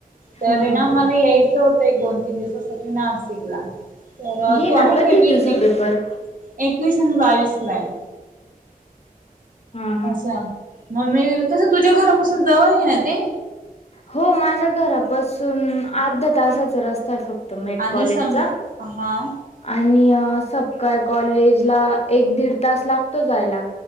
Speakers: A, on the right; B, on the left.
A: तरी
B: हा हा
A: ना
B: हा
A: मला यायचं होतं, एक, दोन, तीन दिवसासाठी नाशिकला तर
B: ये
A: तू
B: ना
A: आहे
B: कधी
A: काय वीस
B: तुझा
A: एकवी
B: पेपर
A: एकवीस आणि बावीसला हाय.
B: हा हा
A: असा ममे तसं तुझ्या घरापासून जवळ ये ना ते
B: हो माझ्या घरापासून अर्धा तासाचा रस्ता आहे फक्त त मेट
A: आणि
B: कॉलेजचा.
A: सम हा
B: आणि सपकाळ कॉलेज ला एक दीड तास लागतो जायला.